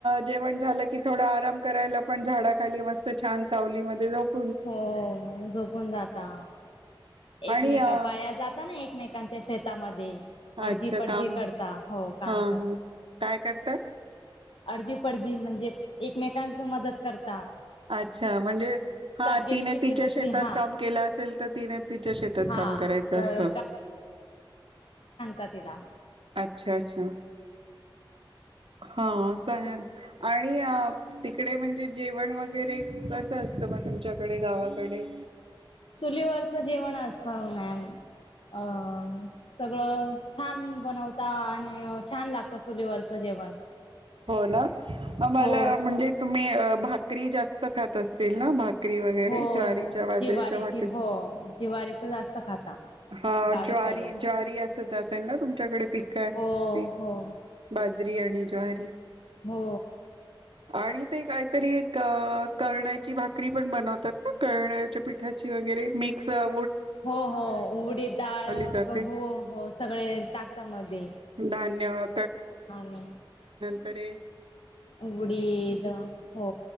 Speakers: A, on the right; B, on the left.
A: जेवण झालं की थोडा आराम करायला पण झाडा खाली मस्त छान सावलीमध्ये झोप
B: हो झोपून जाता एकमेका
A: आणि अ
B: पाया जाता ना एक एकमेकांच्या शेतामध्ये. आडजी
A: अच्छा
B: पडजी
A: काम
B: करता हो काम
A: हा हा काय करतय.
B: अडजी पडजी म्हणजे एकमेकांच मदत करत.
A: अच्छा म्हणजे. हा
B: गेली
A: तिने
B: की
A: तिच्या
B: ती दुसरी
A: शेतात
B: हा
A: काम केलं असेल तर तिने तिच्या शेतात
B: हा
A: काम करायचं
B: तर
A: असं.
B: तला.
A: अच्छा अच्छा हा. चांगल आणि तिकडे म्हणजे जेवण वगैरे कसं असतं मग तुमच्याकडे गावाकडे.
B: चुलीवरच जेवण असत मॅम. अ सगळं. छान बनवता आणि छान लागत चुलीवरचं जेवण.
A: हो ना मला
B: हो
A: म्हणजे तुम्ही. अ भाकरी जास्त खात असतील ना भाकरी. करी वगैरे
B: हो
A: ज्वारीच्या बाजरीच्याकरी
B: जिवारीची हो जिवारीच जास्त खाता
A: हा
B: गावीकडे
A: ज्वारी ज्वारी अस असेल ना तुमच्याकडे पकी
B: हो हो
A: बाज. बाजरी आणि ज्वारी
B: हो
A: आणि ते काहीतरी एक करळण्याची भाकरी पण बनवतात ना करळण्याच्या पिठाची वगैरे मिक्स आ
B: हो हो उडीद डाळ
A: जाते
B: गहू हो सगळे टाकता मध्ये
A: धान्य
B: णे
A: तरे
B: उडीद हो